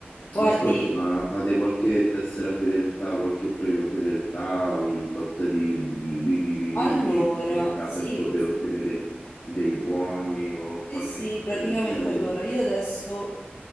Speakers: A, on the left; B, on the left.
A: Guardi,
B: Ma Ascolta, ma fate qualche tessera fedeltà, qualche premio fedeltà, un tot di, di, di, di,
A: allora,
B: di- di spesa
A: sì,
B: per poter ottenere dei buoni o
A: sì,
B: qualche
A: sì,
B: cosa
A: praticamente
B: del genere?
A: allora, io adesso